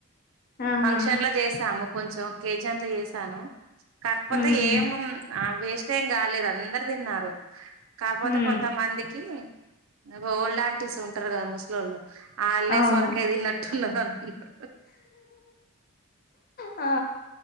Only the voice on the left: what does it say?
ఆహా
ఉహు
ఉమ్
అవును
ఆ